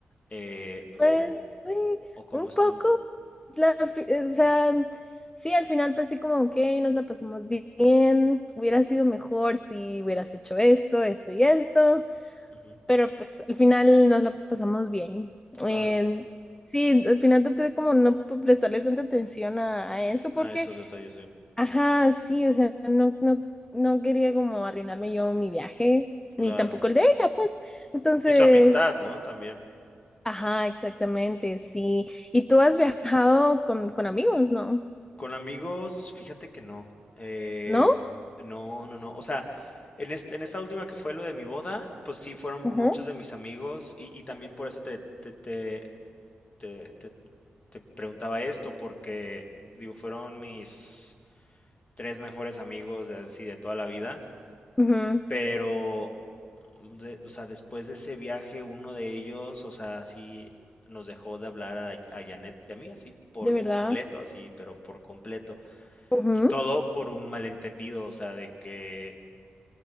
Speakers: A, on the left (about 35°); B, on the left (about 15°).
A: eh, o,
B: Pues, sí,
A: o cómo
B: un
A: estuvo.
B: poco. la- fi- o sea, sí, al final fue así como, ok, nos la pasamos bien. Hubiera sido mejor si hubieras hecho esto, esto y esto.
A: Ujú,
B: pero pues al final nos la pasamos bien.
A: Claro.
B: Eh, sí, al final traté de como no p- prestarle tanta atención a, a eso porque,
A: Ah, esos detalles, sí.
B: ajá, sí, o sea, no, no, no quería como arruinarme yo mi viaje,
A: Claro.
B: ni tampoco el de ella, pues. Entonces,
A: Y su amistad, ¿no? También.
B: ajá, exactamente, sí. ¿Y tú has viajado con, con amigos, no?
A: Con amigos, fíjate que no. Eh,
B: ¿No?
A: no, no, no. O sea, en este, en esta última que fue lo de mi boda, pues sí fueron muchos
B: Ajá.
A: de mis amigos y, y también por eso te, te, te, te, te- te preguntaba esto, porque digo, fueron mis tres mejores amigos de, así, de toda la vida
B: Ujú,
A: Pero, mm, de o sea, después de ese viaje, uno de ellos, o sea, sí nos dejó de hablar a a Janet y a mí, así por
B: ¿De verdad?
A: completo, así, pero por completo.
B: Ujú,
A: Y todo por un malentendido, o sea, de que